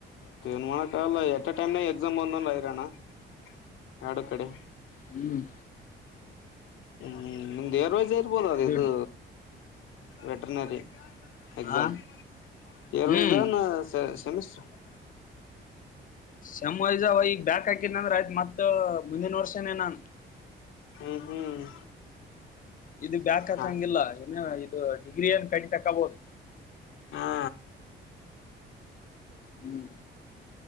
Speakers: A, on the left; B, on the left.
A: ತ ಏನ್ಮಾಡಕಾಲ್ಲ ಎಟ್ ಎ ಟೖಮ್ನಾಗ್ ಎಕ್ಸಾಮ್ <unintelligible> ಎರಡು ಕಡೆ.
B: ಹ್ಮ್
A: ಹ್ಮ್ ನಿಮ್ದೇ ರೋಜ ಇರ್ಬೋದ ಅ್ರ ಇದು
B: ದುಡ್
A: ವೆಟ್ರನರಿ. ಎಕ್ಸಾಮ್
B: ಹಾ
A: ಇಯರ್
B: ಹ್ಮ್
A: ವೈಜನ ಸ ಸೆಮಿಸ್ಟ್ರ.
B: ಸೆಮ್ವೖಜನ್ ಅವ ಈಗ ಬ್ಯಾಕ್ ಹಾಕಿದ ಅಂದ್ರೆ ಆಯ್ತತ್ ಮತ್ತ ಮುಂದಿನ ವರ್ಷನೇ ನಾನ್.
A: ಹ್ಮ್ ಹ್ಮ್
B: ಇದು ಬ್ಯಾಕ್ ಹಾಕಂಗಿಲ್ಲ
A: ಹ
B: ಏನ ಇದು ಡಿಗ್ರಿ ಏನ್ ಕಟ್ಟ ತಕಬಹುದು.
A: ಹಾ
B: ಹ್ಮ್ <inaudible>